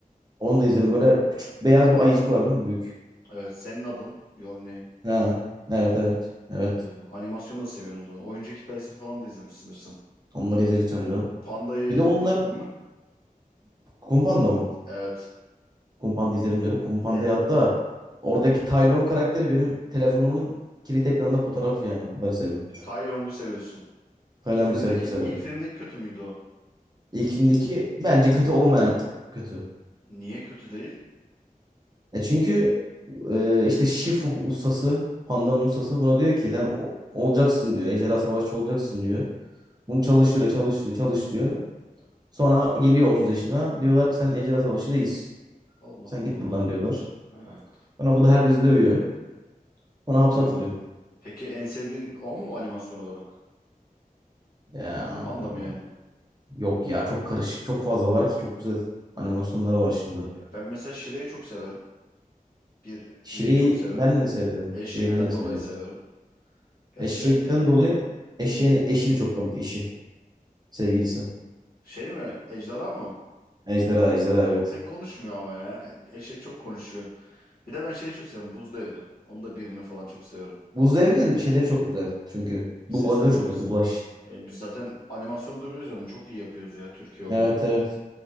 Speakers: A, on the right (about 25°); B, on the left (about 80°).
A: Onu da izlerim. Böyle küçük beyaz bir ayıcık var değil mi? Büyük.
B: Evet. Senin adın. Your Name.
A: Ha. Evet evet. Evet.
B: Ee, animasyonu da seviyorsun o zaman. Oyuncak hikayesini falan da izlemişsindir sen.
A: Onları izledik canım canım.
B: Panda'yı
A: Bir de onlar
B: izledin mi?
A: Kumpanda mı?
B: Evet.
A: Kumpanda izlerim canım. Kumpanda'yı
B: E,
A: hatta oradaki Taylon karakteri benim telefonumun kilit ekranında fotoğraf yani. O kadar seviyorum.
B: Tai Long'u seviyorsun.
A: Tayland'ı
B: İlk filmdeki
A: sev çok severim.
B: ilk filmdeki kötü müydü o?
A: İlkindeki bence kötü olmayan kötü.
B: Niye kötü değil?
A: E çünkü e, işte Shifu ustası, pandanın ustası buna diyor ki sen o- olacaksın diyor. Ejderha savaşçı olacaksın diyor. Bunu çalıştırıyor, çalıştırıyor, çalıştırıyor. Sonra geliyor 30 yaşına. Diyorlar ki sen ejderha savaşçı değilsin.
B: Allah
A: Sen
B: Allah.
A: git buradan diyorlar.
B: Ha,
A: Sonra bu da herkesi dövüyor. Sonra hapse
B: ha.
A: atılıyor.
B: Peki en sevdiğin o mu animasyon olarak?
A: Ya
B: Kung Fu Panda mı yani?
A: yok ya çok karışık, çok fazla var ki çok güzel animasyonları var şimdi.
B: Ya ben mesela Shrek'i çok severim. Bir,
A: Şire'yi
B: biri çok severim.
A: ben de severim.
B: Eşekten
A: Şire'yi ben de severim.
B: dolayı severim. Gerçi
A: Eşekten
B: Shrek de iyi.
A: dolayı eşeğin eşi de çok komik eşi. Sevgilisi.
B: Şey mi? Ejderha mı?
A: Ejderha, ejderha evet.
B: O pek konuşmuyor ama ya. Eşek çok konuşuyor. Bir de ben şeyi çok seviyorum. Buz Devri. Onun da birini falan çok seviyorum.
A: Buz Devri'nin şeyleri çok güzel çünkü.
B: Seslendirmesi.
A: Dublajları çok güzel. Dublaj.
B: E, biz zaten animasyon dublajlarını çok iyi yapıyoruz ya Türkiye olarak.
A: Evet evet.